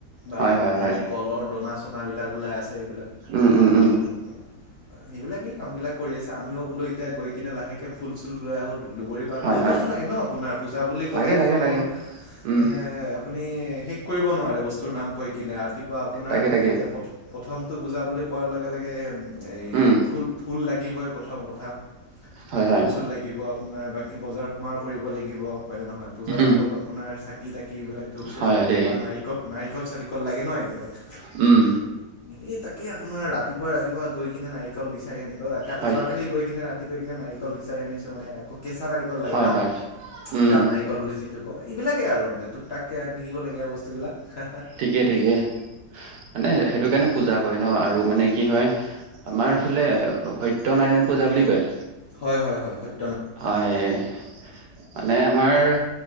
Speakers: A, on the left; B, on the right.
A: বা
B: হয়
A: আপোনাৰ
B: হয় হয়
A: এই কলৰ দনা চনাবিলাক ওলাই আছে এইবিলাক
B: উম উম
A: আ অ
B: উম
A: সেইবিলাকেই কামবিলাক কৰি আছে আমিও বোলো এতিয়া গৈ কিনে লাহেকে ফুল চুল লৈ আহো দুবৰি তাত
B: হয়
A: বহুত
B: হয়
A: বস্তু লাগে ন আপোনাৰ পূজা বুলি ক'লে
B: লাগে
A: এখনো
B: লাগে লাগে উম
A: এ আপুনি শেষ কৰিব নোৱাৰে বস্তুৰ নাম কৈ কিনে ৰাতিপুৱা আপোনাৰ
B: তাকে তাকে
A: এতিয়া প্ৰথ প্ৰথমটো পূজা বুলি কোৱাৰ লগে লগে এই
B: উম
A: ফুল ফুল লাগিবই প্ৰথম কথা।
B: হয় হয়
A: ফুল চুল লাগিব আপোনাৰ বাকী বজাৰ সমাৰ কৰিব লাগিব হয়নে নহয়? পূজাত
B: উম,
A: আকৌ আপোনাৰ চাকি তাকি এইবিলাক ধূপ চুপ
B: হয়,
A: লাগে
B: হয় দেই।
A: বা নাৰিকল নাৰিকল চাৰিকল লাগে ন এইবিলাক।
B: উম।
A: এই তাকে আপোনাৰ ৰাতিপুৱা ৰাতিপুৱা গৈ কিনে নাই নাৰিকল বিচাৰি আনি অ
B: হয়,
A: যোৱাকালি গৈ কিনে ৰাতি গৈ কিনে নাৰিকল বিচাৰি আনিছো মানে আকৌ কেঁচা নাৰিকল লাগে
B: হয়,
A: ন।
B: হয়। উম,
A: দাব
B: উম,
A: নাৰিকল বুলি যিটো কই এইবিলাকেই আৰু মানে টুক টাককে আনি থাকিব লাগে আৰু বস্তুবিলাক হা।
B: ঠিকেই ঠিকেই মানে সেইটো কাৰণে পূজা কৰে ন আৰু মানে কি হয় আমাৰ
A: হয়
B: এইফালে সত্যনাৰায়ণ পূজা বুলি কয়।
A: হয় হয় হয় স
B: হয় মানে আমাৰ